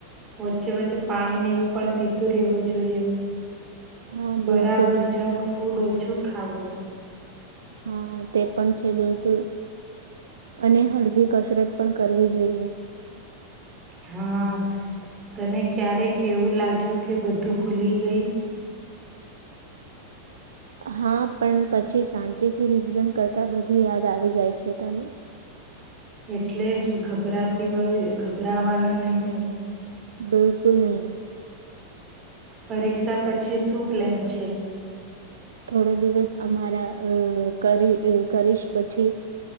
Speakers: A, on the right; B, on the right.
A: વચ્ચે વચ્ચે પાણીને એવું પણ પીતું રહેેવું જોઈએ
B: હા બિલકુલ
A: બરાબર જંક ફૂડ ઓછું ખાવું
B: હા તે પણ છે બિલકુલ અને હળવી કસરત પણ કરવી જોઈએ
A: હા તને ક્યારેક એવું લાગ્યું કે બધું ભૂલી ગઈ
B: હા પણ પછી શાંતિથી રિવિઝન કરતા બધું યાદ આવી જાય છે તને
A: એટલે જ ગભરાતી હોય ગભરાવાનું નહિ
B: બિલકુલ નહીં
A: પરીક્ષા પછી શું પ્લાન છે
B: થોડો દિવસ અમારા અ કરી કરીશ પછી